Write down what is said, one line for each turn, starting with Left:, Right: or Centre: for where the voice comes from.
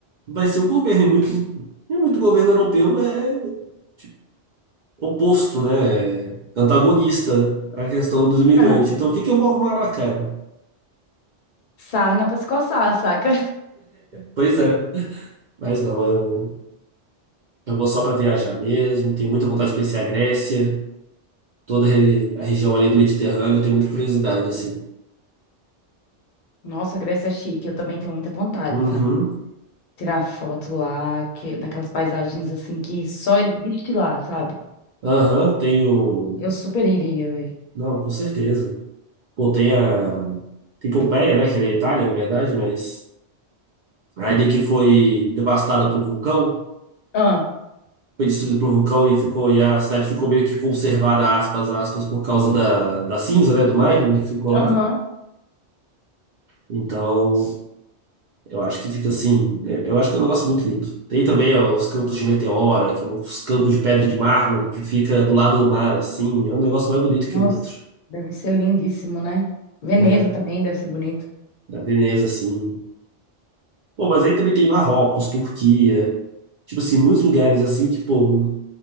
Right: vai ser o governo e muito e muito governo europeu é tipo, oposto, né? É antagonista à questão dos imigrantes.
Left: <laughs>
Right: Então, o que que eu vou arrumar lá, cara?
Left: sarna para se coçar, saca?
Right: Pois é, mas não, eu eu vou só para viajar mesmo, tenho muita vontade de conhecer a Grécia, toda a re- a região ali do Mediterrâneo, eu tenho muita curiosidade assim.
Left: Nossa, Grécia é chique. Eu também tenho muita vontade,
Right: Uhum.
Left: sabe? Tirar foto lá, que, daquelas paisagens assim que só existe lá, sabe?
Right: Aham, tenho.
Left: Eu super iria, velho.
Right: Não, com certeza. Pô, tem a. Tem Pompeia, né? Que é da Itália, na verdade, mas. A ilha que foi devastada pelo vulcão,
Left: Ah,
Right: foi destruída pelo vulcão e ficou. E a cidade ficou meio que conservada, aspas, aspas, por causa da, da cinza, né? Do magma que ficou lá.
Left: aham.
Right: Então, eu acho que fica assim. é- Eu acho que é um negócio muito lindo. Tem também, ó, os campos de meteora, que são os campos de pedra de mármore, que fica do lado do mar, assim. É um negócio mais bonito que
Left: Nossa,
Right: o outro,
Left: deve ser lindíssimo, né? Veneza
Right: né?
Left: também deve ser bonito.
Right: Da Veneza, assim. Pô, mas aí também tem Marrocos, Turquia, tipo assim, muitos lugares assim que, pô,